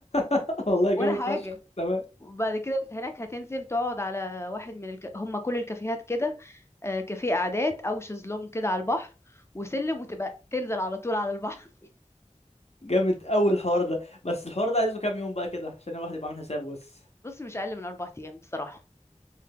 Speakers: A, on the left; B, on the left.
A: <laughs> والله جامد
B: ولا حاجه
A: فشخ تمام
B: وبعد كده انت هناك هتنزل تقعد على واحد من الك... هم كل الكافيهات كده آه، كافيه قعدات او شезлونج كده على البحر وسلم وتبقى تنزل على طول على البحر
A: جامد قوي الحوار ده بس الحوار ده عايزه كام يوم بقى كده عشان الواحد يبقى عامل حسابه بس
B: <laughs> بص مش اقل من اربع ايام بصراحه